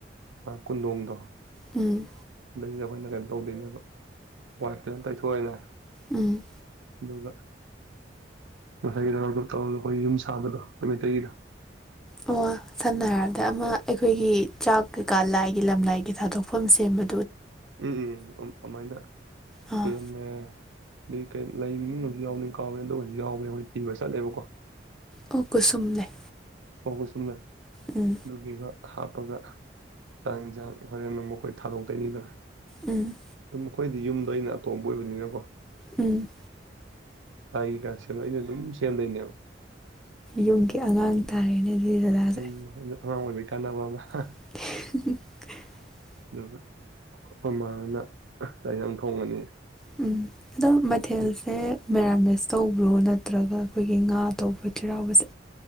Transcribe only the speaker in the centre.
ꯎꯝ
ꯎꯝ
ꯑꯣ ꯁꯥꯟꯅ ꯍꯥꯏꯔꯞꯗ ꯑꯃ ꯑꯩꯈꯣꯏꯒꯤ ꯆꯥꯛ ꯀꯩꯀꯥ ꯂꯥꯏꯒꯤ ꯂꯝꯂꯥꯏꯒꯤ ꯊꯥꯗꯣꯛꯐꯝ ꯁꯦꯝꯕ
ꯑꯥ
ꯑꯣ ꯀꯨꯁꯨꯝ ꯂꯩ
ꯎꯝ
ꯎꯝ
ꯎꯝ
ꯌꯨꯝꯒꯤ ꯑꯉꯥꯡ ꯇꯥꯔꯦꯅꯦ ꯑꯗꯨꯗꯤ ꯗꯗꯥꯁꯦ
<inaudible>
ꯎꯝ ꯑꯗꯣ ꯃꯊꯦꯜꯁꯦ
ꯃꯔꯥ ꯃꯦꯁ ꯇꯧꯕ꯭ꯔꯣ ꯅꯠꯇ꯭ꯔꯒ ꯑꯩꯈꯣꯏꯒꯤ ꯉꯥ ꯇꯧꯕ꯭ꯔꯣ ꯆꯩꯔꯥꯎꯕꯁꯦ꯫